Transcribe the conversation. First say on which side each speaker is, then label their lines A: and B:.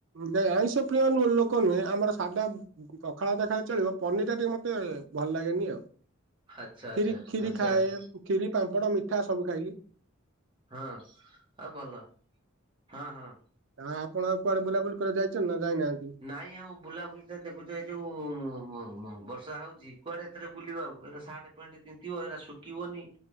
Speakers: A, on the right (about 65°); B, on the right (about 25°).
A: ନାଇଁ ଆଇଁଷ ପ୍ରିୟ ଲୋକ ନୁହେଁ ଆମର ସାଧା ପଖାଳ ଭାତ ଖାଇଲେ ଚଳିବ, ପନିରିଟା ଟିକେ ମୋତେ ଭଲ ଲାଗେନି ଆଉ
B: ଆଚ୍ଛା ଆଚ୍ଛା
A: ଖିରି ଖିରି
B: ଆଉ
A: ଖାଏ,
B: ଯାହା
A: ଖିରି, ପାମ୍ପଡ, ମିଠା, ସବୁ ଖାଇଲି।
B: ହଁ, ଆଉ ଭଲ ହଁ, ହଁ।
A: ହଁ, ଆପଣ ଆଉ କୁଆଡେ ବୁଲାବୁଲି କରି ଯାଇଛନ୍ତି। ନା ଯାଇନାହାନ୍ତି?
B: ନାଇଁ ଆଉ ବୁଲାବୁଲି ତ ଦେଖୁଛ ଏଇ ଯୋଉ ଉଁ, ଉଁ। ମୁଁ, ମୁଁ, ବର୍ଷା ହଉଛି କୁଆଡେ ବୁଲିବାଉ ଆଉ ଏଇନା ସାର୍ଟ, ଫ୍ୟାଣ୍ଟ ତିନ୍ତିବ ଏଇଟା ଶୁଖିବନି।